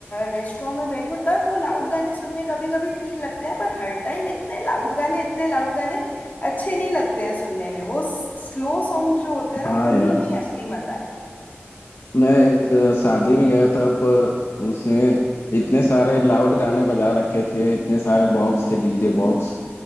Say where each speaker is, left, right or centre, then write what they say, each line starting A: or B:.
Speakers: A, on the left (about 40°); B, on the left (about 65°).
A: रेस्टोरेंट में बैठो तब वो लाउड गाने सुनने कभी कभी ठीक लगते हैं पर हर टाइम इतने लाउड गाने इतने लाउड गाने अच्छे नहीं लगते हैं सुनने में वो स्लो सॉन्ग्स जो होते हैं ना
B: हाँ
A: उन्हीं
B: यार
A: में ही असली मजा है
B: मैं एक अ, शादी में गया था पर उसने इतने सारे लाउड गाने बजा रखे थे इतने सारे बॉक्स थे डीजे बॉक्स